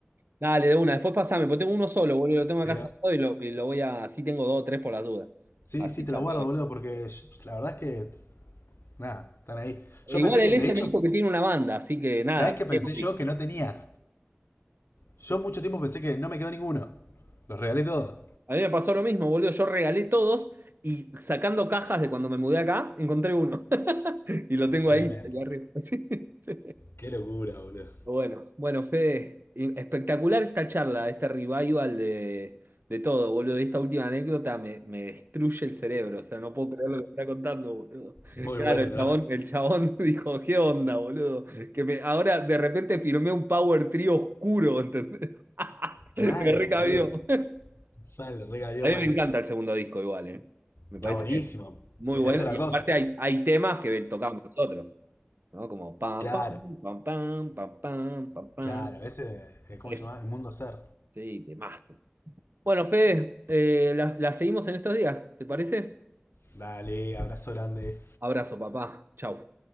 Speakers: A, on the right (about 60°); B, on the left (about 80°).
A: Dale, de una, después pasame, porque tengo uno solo, boludo, lo tengo acá
B: Pero
A: cerrado y lo, y lo voy a, así tengo dos o tres por las dudas.
B: Sí,
A: Así
B: sí, te
A: chapeo.
B: los guardo, boludo, porque yo- la verdad es que, nada, están ahí. Yo
A: Igual
B: pensé
A: el
B: que,
A: S
B: de hecho,
A: me dijo que tiene una banda, así que nada,
B: ¿sabés qué pensé
A: tenemos disco.
B: yo? Que no tenía. Yo mucho tiempo pensé que no me quedó ninguno. Los regalé todos.
A: A mí me pasó lo mismo, boludo. Yo regalé todos y sacando cajas de cuando me mudé acá, encontré uno. <laughs> Y lo tengo
B: Tremendo.
A: ahí, ahí arriba. <laughs> Sí, sí.
B: Qué locura, boludo.
A: Bueno, bueno, Fede, y- espectacular esta charla, este revival de, de todo, boludo. Y esta última anécdota me, me destruye el cerebro. O sea, no puedo creer lo que me está contando, boludo.
B: Muy
A: Claro,
B: bueno,
A: el
B: ¿no?
A: chabón, el chabón <laughs> dijo, ¿qué onda, boludo? Que me, ahora de repente firmé un power trio oscuro, ¿entendés? <laughs> Me
B: Mal,
A: recabió.
B: boludo. Mal, regaló
A: A mí
B: mal.
A: me encanta el segundo disco igual, ¿eh? Me
B: Está
A: parece
B: buenísimo,
A: muy
B: pero
A: bueno.
B: eso es
A: Y
B: la cosa.
A: aparte hay, hay temas que tocamos nosotros, ¿no? Como pam,
B: Claro,
A: pam, pam, pam, pam, pam, pam, pam.
B: claro. Ese, eh, ¿cómo
A: Eso,
B: se llama? El mundo ser.
A: sí, temazo. Bueno, Fede, eh, la, la seguimos en estos días, ¿te parece?
B: Dale, abrazo grande.
A: Abrazo, papá. Chau.